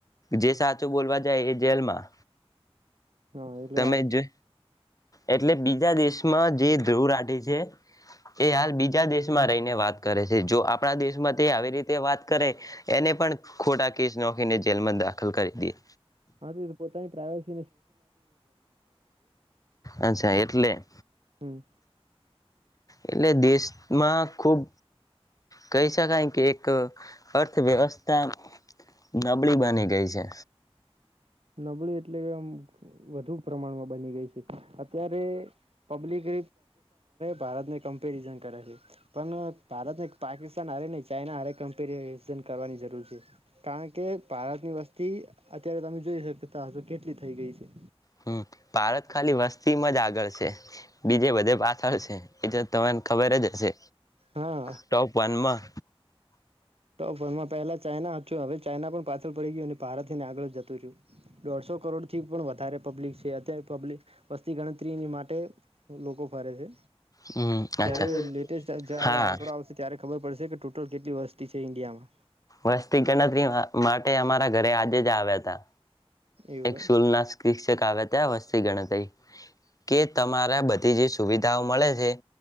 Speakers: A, on the left; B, on the right.
A: જે સાચું બોલવા જાય એ જેલમાં.
B: હા એટલે
A: તમે
B: આપ
A: જો એટલે બીજા દેશ જે ધ્રુવ રાઠી છે, એ હાલ બીજા દેશમાં રહીને વાત કરે છે, જો આપણા દેશમાં તે આવી રીતે વાત કરે એને પણ ખોટા કેસ નોખીને જેલમાં દાખલ કરી દેએ.
B: હા પોતા પ્રાયવેસી
A: અચ્છા એટલે <inaudible>
B: હમ
A: એટલે દેશમાં ખુબ કહી શકાય કે એક અર્થવ્યવસ્થા નબળી બની ગઈ છે.
B: નબળી એટલે કે વધુ પ્રમાણમાં બની ગઈ છે. અત્યારે પબ્લિક ભારત ને કમ્પેરિજન કરેલી પણ ભારત પાકિસ્તાન હરે નહી, ચાાઈના હરે કંપેરી ન કરવાની જરૂર છે. કારણ કે ભારતની વસ્તી અત્યારે તમે જોઈ શકતા કેટલી થઈ ગઈ છે.
A: હમ ભારત ખાલી વસ્તીમાં જ આગળ છે બીજે બધે પાછળ છે એ તને ખબર જ હશે
B: હા
A: ટોપ વનમાં
B: તોપ વનમાં પહેલા ચાાઈના છું હવે ચાાઈના પણ પાછળ પડી ગયો અને ભાર ને આગળ જતું રહયું. દોઢસો કરોડ થી પણ વધારે પબ્લિક છે અત્યારે પબ્લિક વસ્તી ગણતરીની માટે લોકો ફરે છે
A: હમ અચ્છા
B: જ્યારે લેટેસ્ટ જારે
A: હા
B: આંકડો આવશે ત્યારે ખબર પડશે કે ટોટલ કેટલી વસ્તી છે ઈન્ડિયામાં
A: વસ્તિક ગણતરી માટે અમારે ઘરે આજે જ આવ્યા હતા.
B: એવું
A: એક સ્કૂલ ના શિક્ષક આવે ત્યાં વસ્તી ગણતરી કે તમારા બધી જે સુવિધાઓ મળે છે